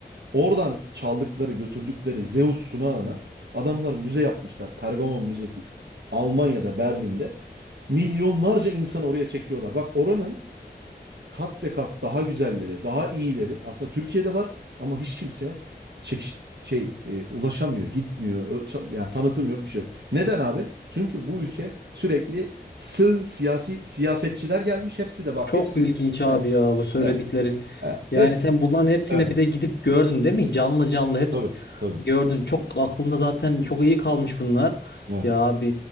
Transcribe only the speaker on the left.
Çok
ilginç
abi
ya bu söylediklerin.
Yani
sen bunların hepsine
bir de gidip gördün değil mi? Canlı canlı hepsi
gördün. Çok aklında zaten çok iyi kalmış bunlar.
Ya abi